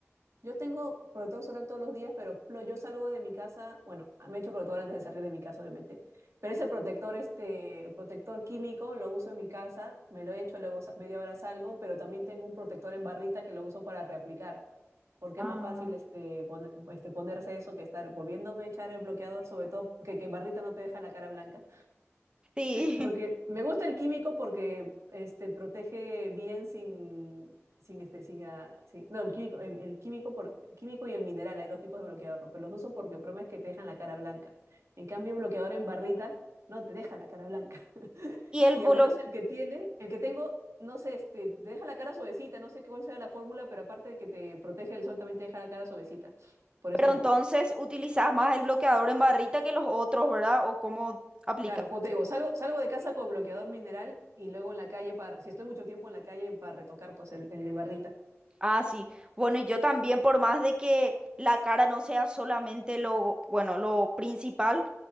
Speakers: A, on the right (about 75°); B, on the right (about 20°).
A: Yo tengo protector solar todos los días, pero plo- yo salgo de mi casa, bueno, me echo protector antes de salir de mi casa, obviamente, pero ese protector, este, protector químico, lo uso en mi casa, me lo echo, luego sa- media hora salgo, pero también tengo un protector en barrita que lo uso para reaplicar. porque
B: Ah,
A: es más fácil este, pon- este, ponerse eso que estar volviéndome a echar el bloqueador, sobre todo porque que barrita no te deja la cara blanca.
B: Sí.
A: Porque
B: <laughs>
A: me gusta el químico porque este, protege bien sin, sin este, sin, ah, sin- no, el químico, el, el químico por, químico y el mineral, hay dos tipos de bloqueador, ¿no? Pero los uso porque el problema es que te dejan la cara blanca. En cambio, el bloqueador en barrita no te deja la cara blanca. <laughs>
B: Y el
A: Y
B: blo-
A: a menos el que tiene, el que tengo, no sé, este, te deja la cara suavecita, no sé cuál sea la fórmula, pero aparte de que te protege el sol, también te deja la cara suavecita. Por
B: pero
A: eso me
B: entonces
A: gusta.
B: utilizás más el bloqueador en barrita que los otros, ¿verdad? ¿O cómo aplicas?
A: Claro, como te digo, salgo, salgo de casa con bloqueador mineral y luego en la calle, para, si estoy mucho tiempo en la calle, para retocar pues el, el de barrita.
B: Ah, sí. Bueno, y yo también, por más de que la cara no sea solamente lo, bueno, lo principal,